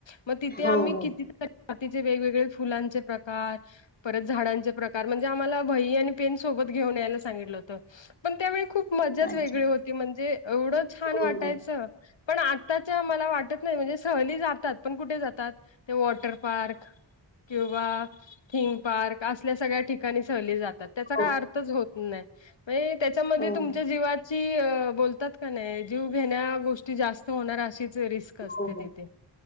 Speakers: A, on the left; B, on the left.
A: मग तिथे
B: हो,
A: आम्ही
B: हो.
A: किती, प्रजातीचे वेगवेगळे फुलांचे प्रकार. परत झाडांचे प्रकार म्हणजे आम्हाला वहीआणि पेन सोबत घेऊन यायला सांगितलं होतं. पण त्यावेळी खूप मजाच
B: अच्छा.
A: वेगळी होती म्हणजे एवढं छान
B: हो,
A: वाटायचं.
B: हो.
A: पण आत्ताच्या मला वाटत नाही म्हणजे सहली जातात. पण कुठे जातात? ते वॉटर पार्क किंवा थीम पार्क असल्या सगळ्या ठिकाणी सहली जा त्याचा काय
B: हो.
A: अर्थच होत नाही म्हणजे त्याच्यामध्ये
B: हो.
A: तुमच्या जीवात ची बोलतात का नाही जीव घेण्या गोष्टी जास्त होणार अशीच रिस्क असते
B: हो.
A: तिथे.